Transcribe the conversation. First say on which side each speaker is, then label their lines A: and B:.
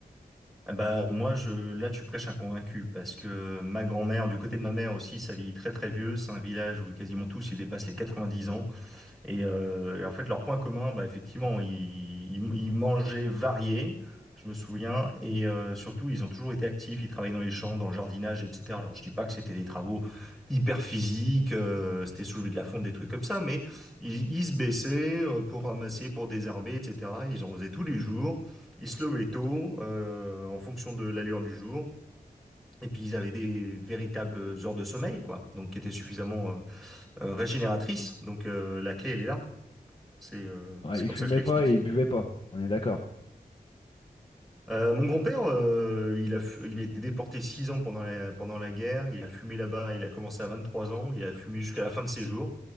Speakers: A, in the centre; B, on the left.
A: Eh ben, moi je là tu prêches un convaincu parce que ma grand-mère du côté de ma mère aussi ça vit très très vieux, c'est un village où quasiment tous ils dépassent les 90 ans. Et, euh, et en fait, leur point commun, bah, effectivement, ils, ils, ils mangeaient variés, je me souviens, et euh, surtout, ils ont toujours été actifs, ils travaillaient dans les champs, dans le jardinage, etc. Alors, je dis pas que c'était des travaux hyper physiques, euh, c'était soulever de la fonte, des trucs comme ça, mais ils, ils se baissaient euh, pour ramasser, pour désherber, etc. Ils en faisaient tous les jours, ils se levaient tôt, euh, en fonction de l'allure du jour. Et puis ils avaient des véritables heures de sommeil, quoi, donc qui étaient suffisamment euh, euh, régénératrices. Donc euh, la clé, elle est là. C'est euh,
B: Ouais,
A: c'est comme
B: ils fumaient
A: ça que je l'explique.
B: pas et ils buvaient pas, on est d'accord.
A: Euh, mon grand-père, euh, il a, fu- il a été déporté six ans pendant la, pendant la guerre. Il a fumé là-bas, il a commencé à 23 ans. Il a fumé jusqu'à la fin de ses jours.